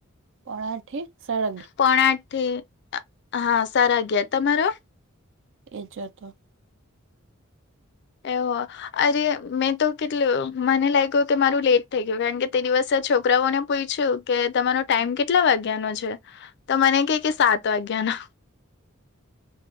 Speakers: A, on the right; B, on the left.
A: પોણા આઠી સળગ
B: પોણા આઠ થી હા સારા અગયાર. તમારો?
A: એ જ હતો.
B: એવું અરે મેં તો કેટલું મને લાગ્યું કે મારું લેટ થઈ ગયું કારણ કે તે દિવસે છોકરાઓને પૂછ્યું? કે તમારો ટાઈમ કેટલા વાગ્યાનો છે? તો મને કે કે સાત વાગ્યાનો.